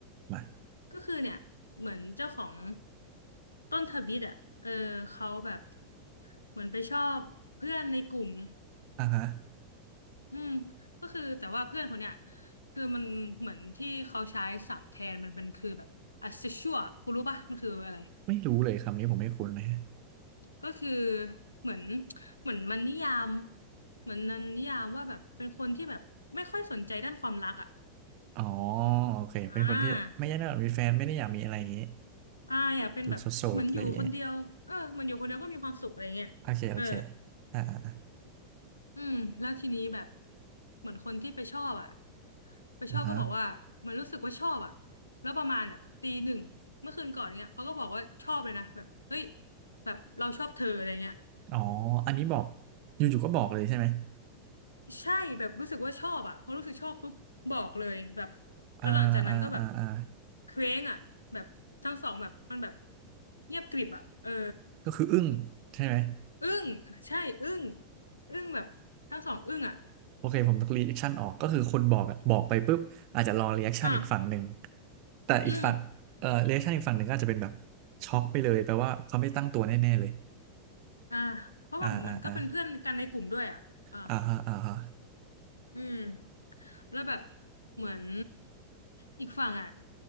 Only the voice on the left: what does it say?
ก็คือเนี่ยเหมือนเจ้าของต้นทวิตอ่ะเออเขาแบบเหมือนไปชอบเพื่อนในกลุ่ม
อืมก็คือแต่ว่าเพื่อนคนเนี้ยคือมันเหมือนที่เขาใช้ศัพท์แทนมันเป็นคือแบบ asexual คุณรู้ปะมันคืออะไร
ก็คือเหมือนเหมือนมันนิยามเหมือนนันนิยามว่าแบบเป็นคนที่แบบไม่ค่อยสนใจด้านความรักอ่ะ
อ่าอ่าอยากเป็นแบบเหมือนอยู่คนเดียวเออเหมือนอยู่คนเดียวก็มีความสุขอะไรเงี้ยเออ
อืมแล้วทีนี้แบบเหมือนคนที่ไปชอบอ่ะ ไปชอบก็บอกว่ามันรู้สึกว่าชอบอ่ะ
แล้วประมาณแบบตีหนึ่งเมื่อคืนก่อนเนี่ยเขาก็บอกว่าชอบเลยนะแบบเฮ้ยแบบเราชอบเธออะไรเงี้ย
ใช่แบบรู้สึกว่าชอบอ่ะพอรู้สึกชอบปุ๊บบอกเลยแบบ
แล้วหลังจากนั้นก็แบบเคว้งอ่ะแบบทั้งสองแบบมันแบบเงียบกริบอ่ะเออ
อึ้งใช่อึ้งอึ้งแบบทั้งสองอึ้งอ่ะ
อ่ะ
อืม
อ่าเพราะว่าเหมือนก็เป็นเพื่อนกันในกลุ่มด้วยอ่ะอ่ะ
อืมแล้วแบบเหมือนอีกฝั่งอ่ะ